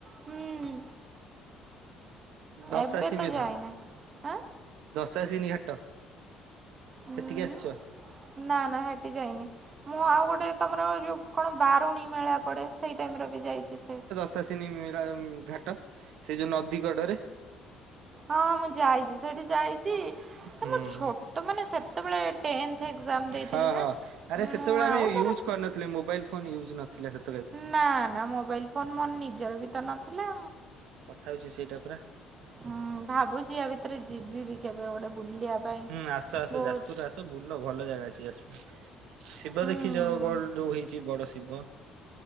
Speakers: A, on the right; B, on the right.
A: ହୁଁ।
B: ଦଶା
A: ଏବେ
B: ସି
A: ତ
B: ମେଧ।
A: ଯାଇନି ଆଁ
B: ଦଶାସିନୀ ଘାଟ
A: ହୁଁ
B: ସେଠିକି ଆସିଛ?
A: ନା ନା ହେଠି ଯାଇନି ମୁଁ ଆଉ ଗୋଟେ ତମର ଯଉ କଣ ବାରୁଣୀ ମେଳା ପଡ଼େ ସେଇ ଟାଇମ୍ର ବି ଯାଇଛି ସେ
B: ସସିନି ମେଳା ଘାଟ ସେ ଯୋଉ ନଦୀ କଡରେ
A: ହଁ ମୁଁ ଯାଇଛି ସେଠି ଯାଇଛି ଏ
B: ହୁଁ
A: ମୁଁ ଛୋ
B: ହୁଁ
A: ତମାନେ ସେତେବେଳେ ଟେନ୍ଥ ଏକ୍ଜାମ ଦେଇଥିଲି
B: ହଁ
A: ନା
B: ହଁ ଆରେ ସେତେବେଳେ
A: ମୁଁ
B: ଆମେ
A: ଆଉ
B: ୟୁଜ୍
A: ମୋର
B: କରିନଥିଲେ ମୋବାଇଲ ଫୋନ୍ ୟୁଜ୍ ନଥିଲା ସେ
A: ନା ନା ମୋବାଇଲ ଫୋନ ମୋର ନିଜର ବି ତ ନଥିଲା
B: କଥା ହଉଛି ସେଇଟା ପରା।
A: ହୁ ଭାବୁଛି ୟା ଭିତରେ ଯିବି ବି କେବେ ଗୋଟେ ବୁଲିବା ପାଇଁ
B: ହୁଁ ଆସ ଆସ
A: ବହୁତ
B: ଯାଜପୁର ଆସ ବୁଲ ଭଲ ଜାଗା ଅଛି ଯାଜପୁର ଶିବ
A: ହୁଁ
B: ଦେଖିଛ ଗୋଲ ଯୋଉ ହେଇଛି ବଡ ଶିବ